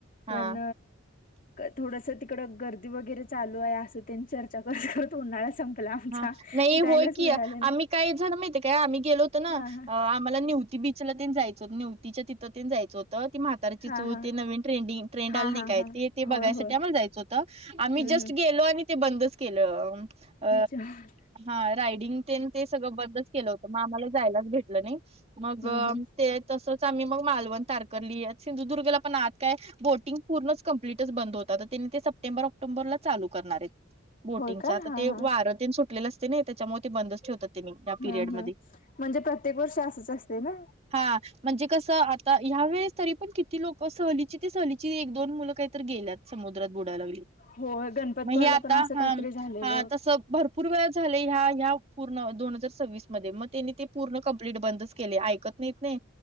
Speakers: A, on the left; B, on the right.
A: पण
B: हा
A: थोडस तिकडडे गर्दी वगैरे चालू आहे असं त्यांनी चर्चा करत करत उन्हाला संपला. आपला आमचा
B: हा नाही होय
A: जायलाच
B: की
A: मिळालं नाही.
B: आम्ही काय झाण माहितीे काय आम्ही गेलोत ना
A: हा
B: आम्हाला निव्हति बीचला ते जायचं होत न्यू ती. तिच्या तिथंन जायचं होतं ती म्हातार्याची
A: हा
B: चूळ
A: हा
B: ते नवीन ट्रेंडंग ट्रेड
A: हा
B: आली
A: हा
B: नाही
A: हा
B: काय
A: हा
B: ते. ते बघायसाठी
A: होय होय
B: आम्हाला जायचं होतं आम्ही
A: हम्म
B: जस्ट
A: हम्म
B: गेलो आणि ते बंदच केलं अ अ.
A: ह
B: हा रायडिंग ते ते सगळं बरदस् केलं होतं मग आम्हाला जायलाच भेटलं नाही. मग
A: हम्म हम्म
B: ते तसंच आम्ही मग मालवण तारकली सिंधुदुर्गला पण आत काय. बोटिंग पूर्णच कम्प्लीटच बंद होतात तर त्यांनी ते सप्टेंबर ऑक्टोबरला चालू करणार आहेत. बोटिंगचा
A: होय काय
B: आता
A: हा
B: ते
A: हा
B: वार तेन सुटलेले असते नाही त्याच्यामुळे. ते बंदच ठेवतातिने या पिरियड
A: हम्म
B: मध्ये.
A: हम्म म्हणजे प्रत्येक वर्ष असंच असते ना
B: हा म्हणजे कसं आता. ह्या वेळेस तरी पण किती लोक सहलीची ते सहलीची एक दोन मुलं काहीत गेल्यात समुद्रात बुडायला लागली.
A: होय गणपतपुळ्याला
B: मग आता
A: पण असं
B: हा
A: काहीतरी झालेलं
B: हा तस. भरपूर वेळ झाले ह्या ह्या पूर्ण दोन हजार सव्वीस मध्ये मग त्यांनी ते पूर्ण कम्प्लीट बंदच केले ऐकत''--'' नाहीत नाही